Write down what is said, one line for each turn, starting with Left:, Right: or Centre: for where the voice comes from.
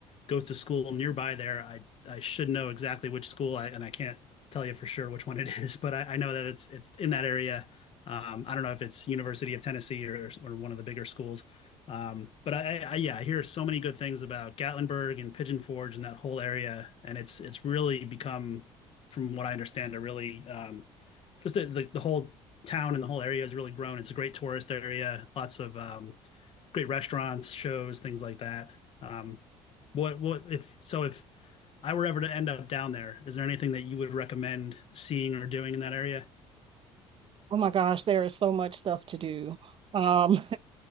Left: goes to school nearby there. I I should know exactly which school, I, and I can't tell you for sure which one it <laughs> is, but I, I know that it's it's in that area. Um, I don't know if it's University of Tennessee or or one of the bigger schools. Um, but I, I, yeah, I hear so many good things about Gatlinburg and Pigeon Forge and that whole area, and it's it's really become, from what I understand, a really um, just the, the the whole town and the whole area has really grown. It's a great tourist area, lots of um, great restaurants, shows, things like that. Um, what what if so if I were ever to end up down there, is there anything that you would recommend seeing or doing in that area?
Right: Oh my gosh, there is so much stuff to do. Um,